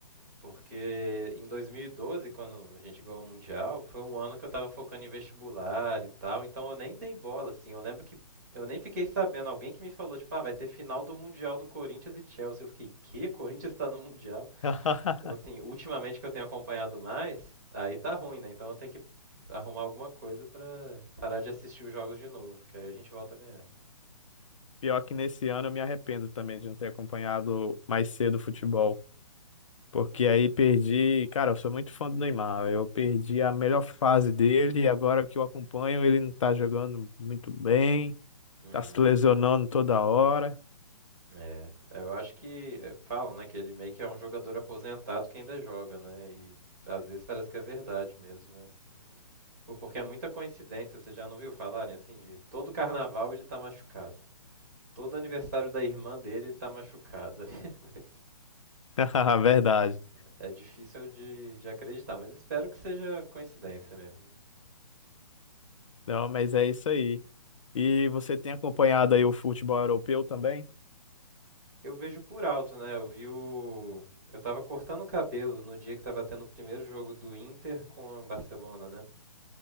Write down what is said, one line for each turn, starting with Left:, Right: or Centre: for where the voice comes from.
Right: Porque em 2012, quando a gente ganhou o Mundial, foi um ano que eu tava focando em vestibular e tal, então eu nem dei bola, assim. Eu lembro que eu nem fiquei sabendo. Alguém que me falou, tipo, ah, vai ter final do Mundial do Corinthians e Chelsea. Eu fiquei, que? Corinthians tá no Mundial?
Left: <laughs>
Right: Então, assim, ultimamente que eu tenho acompanhado mais, aí tá ruim, né? Então eu tenho que arrumar alguma coisa pra parar de assistir os jogos de novo, que aí a gente volta a ganhar.
Left: Pior que nesse ano eu me arrependo também de não ter acompanhado mais cedo o futebol, porque aí perdi, cara, eu sou muito fã do Neymar, eu perdi a melhor fase dele e agora que eu acompanho ele não tá jogando muito bem,
Right: Uhum.
Left: tá se lesionando toda hora.
Right: É, eu acho que é, falam, né, que ele meio que é um jogador aposentado que ainda joga, né? E às vezes parece que é verdade mesmo, né? Pô, Porque é muita coincidência, você já não viu falarem assim de todo carnaval ele tá machucado. Todo aniversário da irmã dele ele tá machucado. <laughs> Mas
Left: <laughs> Verdade.
Right: é, é difícil de, de acreditar, mas espero que seja coincidência mesmo. né?
Left: Não, mas é isso aí. E você tem acompanhado aí o futebol europeu também?
Right: Eu vejo por alto, né? Eu vi o. Eu tava cortando o cabelo no dia que tava tendo o primeiro jogo do Inter com o Barcelona, né?